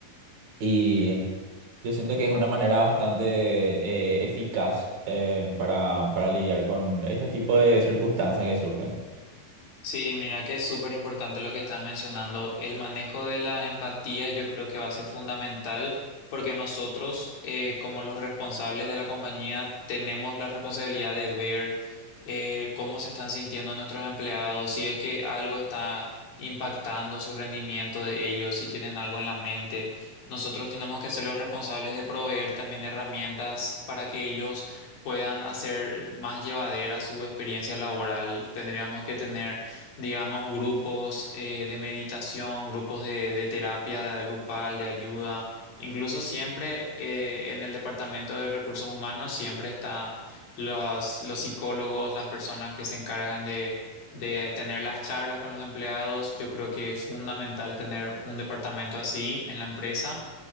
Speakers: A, on the right; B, on the left.
A: Y yo siento que es una manera bastante eh, eficaz eh, para, para lidiar con estos tipos de circunstancias que surgen.
B: Sí, mira que es súper importante lo que estás mencionando. El manejo de la empatía yo creo que va a ser fundamental porque nosotros, eh, como los responsables de la compañía, tenemos la responsabilidad de ver eh, cómo se están sintiendo nuestros empleados, si es que algo está impactando su rendimiento de ellos, si tienen algo en la mente. Nosotros tenemos que ser los responsables de proveer también herramientas para que ellos puedan hacer más llevadera su experiencia laboral. Tendríamos que tener digamos, grupos eh, de meditación, grupos de, de terapia grupal, de ayuda. Incluso siempre eh, en el Departamento de Recursos Humanos siempre está los, los psicólogos, las personas que se encargan de, de tener las charlas con los empleados. Yo creo que es fundamental tener un departamento así en la empresa